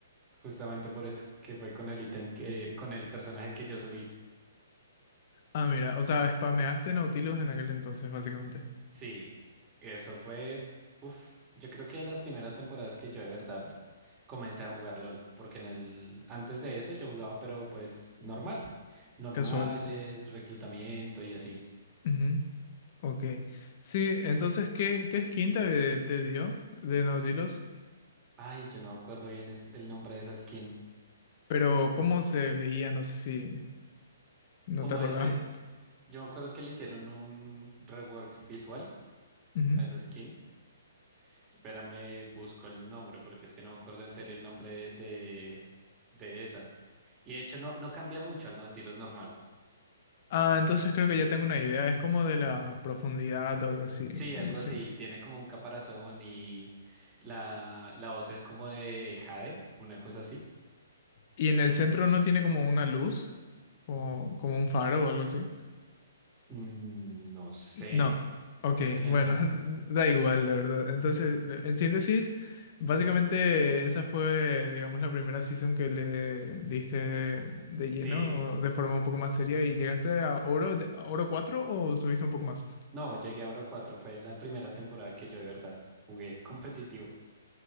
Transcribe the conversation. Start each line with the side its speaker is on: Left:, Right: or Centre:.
Right: justamente por eso, que fue con el ítem que, con el personaje que yo subí.
Left: Ah, mira, o sea, spameaste Nautilus en aquel entonces, básicamente.
Right: Sí, eso fue, uf, yo creo que de las primeras temporadas que yo de verdad comencé a jugar LOL, porque en el, antes de eso yo jugaba, pero pues normal, normales,
Left: Casual, digamos.
Right: reclutamiento y así.
Left: Ujú, Ok. Sí, entonces, ¿qué, qué skin te, te dio de Nautilus?
Right: Ay, yo no me acuerdo bien es- el nombre de esa skin.
Left: Pero cómo se veía, no sé si no
Right: Como
Left: te acordabas.
Right: ese, yo me acuerdo que le hicieron un rework visual
Left: Ujú.
Right: a esa skin. Espérame, busco el nombre, porque es que no me acuerdo en serio el nombre de, de esa. Y de hecho no, no cambia mucho al Nautilus normal.
Left: Ah, entonces creo que ya tengo una idea. Es como de la profundidad o algo así.
Right: Sí, algo así.
Left: Sí.
Right: Tiene como un caparazón y la,
Left: S-
Right: la voz es como de Jade, una cosa así.
Left: Y en el centro no tiene como una luz, como, como un faro o algo así.
Right: Mm, no sé,
Left: No. Ok,
Right: creo que
Left: bueno,
Right: no.
Left: <laughs> da igual, de verdad. Entonces, en síntesis, básicamente esa fue, digamos, la primera season que le diste de lleno,
Right: Sí,
Left: o de forma un poco más seria, y llegaste a oro, de- a oro 4 o subiste un poco más.
Right: no, llegué a Oro cuatro. fue la primera temporada que yo de verdad jugué <laughs> competitivo.